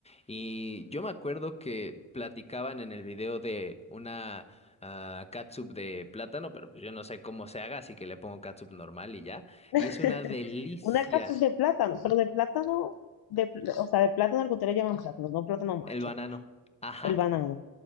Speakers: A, on the left; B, on the left.
A: Y yo me acuerdo que platicaban en el video de una ah, catsup de plátano, pero pues yo no sé cómo se haga, así que le pongo catsup normal y ya.
B: <laughs>
A: Y es una delicia
B: Una capuz de plátano, pero de plátano, de, pl- o sea, de plátano al que ustedes le llaman plátano, no plátano macho,
A: el banano. Ajá.
B: el banano.